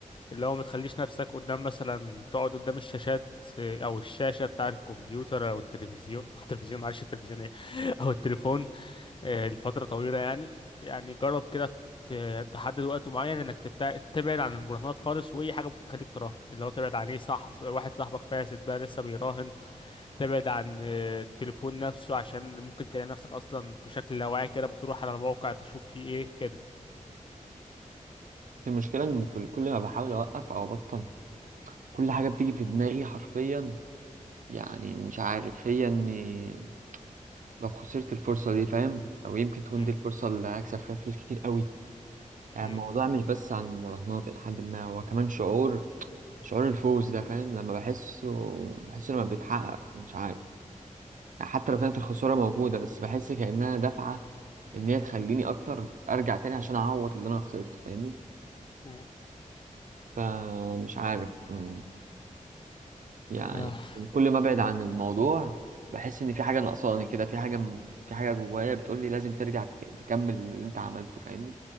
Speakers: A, on the left; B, on the right.
A: اللي هو ما تخليش نفسك قدام مثلا تقعد قدام الشاشات آه، أو الشاشة بتاع الكمبيوتر أو التلفزيون <laughs> التلفزيون معلش التلفزيون إيه <laughs> أو التليفون آه، لفترة طويلة يعني يعني جرب كده ت- تحدد وقت معين انك تبتع... تبعد عن المراهنات خالص واي حاجه ممكن تخليك تراهن اللي هو تبعد عن ايه صح واحد صاحبك فاسد بقى لسه بيراهن تبعد عن آه، التليفون نفسه عشان ممكن تلاقي نفسك اصلا بشكل لا واعي كده بتروح على الموقع تشوف فيه ايه كده
B: المشكلة إن كل كل ما بحاول أوقف أو أبطل كل حاجة بتيجي في دماغي حرفيا يعني مش عارف هي إني لو خسرت الفرصة دي فاهم أو يمكن تكون
A: مم.
B: دي الفرصة اللي هكسب فيها فلوس كتير قوي يعني
A: مم.
B: الموضوع مش بس عن المراهنات إلى حد ما هو كمان شعور شعور الفوز ده فاهم لما بحسه بحسه لما بيتحقق مش عارف يعني حتى لو كانت الخسارة موجودة بس بحس كأنها دفعة إن هي تخليني أكتر أرجع تاني عشان أعوض اللي أنا خسرته فاهمني
A: مم.
B: فمش عارف أمم، يعني
A: آه.
B: كل ما أبعد عن الموضوع بحس إن في حاجة ناقصاني كده في حاجة م- في حاجة جوايا بتقولي لازم ترجع تك- تكمل اللي أنت عملته فاهمني